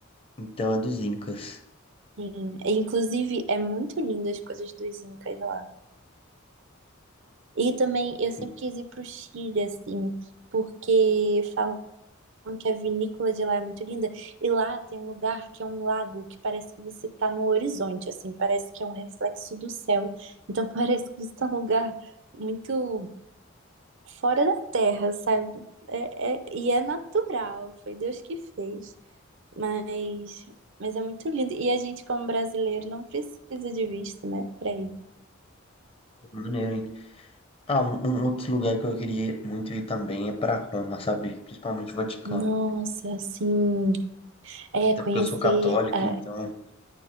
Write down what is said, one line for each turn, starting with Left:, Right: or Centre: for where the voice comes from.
Left: Então é dos incas.
Right: Sim. Inclusive, é muito lindo as coisas dos Incas lá. E também eu
Left: Assim,
Right: sempre quis ir pro Chile, assim, porque falam que a vinícola de lá é muito linda. E lá tem um lugar que é um lago que parece que você tá no horizonte, assim, parece que é um reflexo do céu. Então <laughs> parece que você tá num lugar muito fora da terra, sabe? É, é- e é natural, foi Deus que fez. Mas, mas é muito lindo. E a gente, como brasileiro, não precisa de visto, né, pra ir.
Left: maneiro, hein? Ah, um, um outro lugar que eu queria muito ir também é para Roma, sabe? Principalmente o Vaticano.
Right: Nossa, assim, é,
Left: Até
Right: conhecer.
Left: porque eu sou católico,
Right: ah,
Left: então